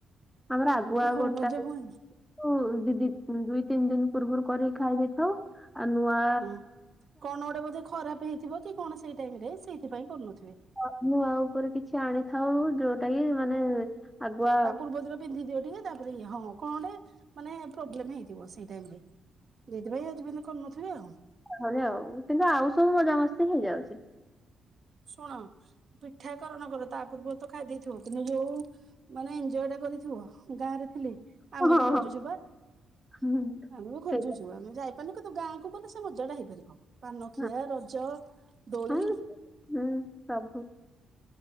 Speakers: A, in the centre; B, on the right (about 40°).
A: ଆମର ଆଗୁଆ
B: ଓହୋ
A: ଗୋଟା
B: ରଜ ହୁଏନି
A: <unintelligible> ଦିଦି ଦୁଇ ତିନି ଦିନ୍ ପୂର୍ବରୁ କରିକି ଖାଇ ଦେଇଥାଉ। ଆ- ନୁଆ
B: ହଁ -କଣ ଗୋଟେ ବୋଧେ ଖରାପ ହେଇଥିବ କି କଣ ସେଇ ଟାଇମ୍ ରେ ସେଇଥିପାଇଁ କରୁନଥିବେ।
A: ଅ-ମୁଁ ଆଉ ଉପରେ କିଛି ଆଣିଥାଉ ଯଉଟା କି ମାନେ ଆଗୁଆ
B: ତା ପୂର୍ବ ଥର ପିନ୍ଧି ଦିିଅ ଟିକେ ତାପରେ ଏ ହଁ କଣ ଗୋଟେ ମାନେ ପ୍ରୋବ୍ଲେମ୍ ହେଇଥିବ ସେଇ ଟାଇମ୍ ରେ। ସେଇଥିପାଇଁ ଆଜି ପଯ୍ୟନ୍ତ କରୁନଥିବେ ଆଉ।
A: ଘରେ ଆଉ କିନ୍ତୁ ଆଉ ସବୁ ମଜା ମସ୍ତି ହେଇଯାଉଚି।
B: ଶୁଣ ପିଠା କର ନ କର ତା ପୂର୍ବରୁ ତ ଖାଇ ଦେଇଥିବ କିନ୍ତୁ ଯଉ ମାନେ ଏଞଜୟ ଟା କରିଥିବ ଗାଁରେ ଥିଲେ ଆମେ
A: ହଁ ହଁ
B: ବି ଖୋଜୁଛୁ
A: ହଁ
B: ପା
A: ହୁଁ
B: ଆମେ ବି ଖୋଜୁଛୁ
A: ସେଇଟା
B: ଆମେ ଯାଇ ତ ଗାଁକୁ ଗଲେ ସେ ମଜା ଟା ହେଇପାରିବ ପାନଖିଆ
A: ହଁ
B: ରଜ ଦୋଳି।
A: ହଁ, ହୁଁ ସବୁ।